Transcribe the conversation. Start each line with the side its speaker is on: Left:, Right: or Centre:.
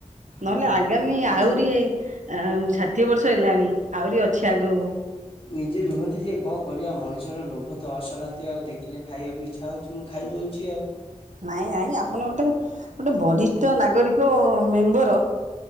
Left: ହଁ।
Right: ନହେଲେ ଆଗାମୀ
Left: ନିଜେ
Right: ଆହୁରି ଆଁ ଷାଠିଏ ବର୍ଷ ହେଲାଣି ଆହୁରି ଅଛି ଆଗକୁ।
Left: ନିଜେ ରୁହନ୍ତି ଯେ କଣ କରିବା ମଣିଷର ଲୋଭ ତ ଅସରନ୍ତି ଆଉ ଦେଖିଲେ ଖାଇବାକୁ ଇ ଛା ହଉଛି ମୁଁ ଖାଇଦଉଛି ଆଉ।
Right: ନାଇଁ ନାଇଁ ଆପଣ ଗୋଟେ ଗୋଟେ ବରିଷ୍ଠ ନାଗରିକ ମେମ୍ବର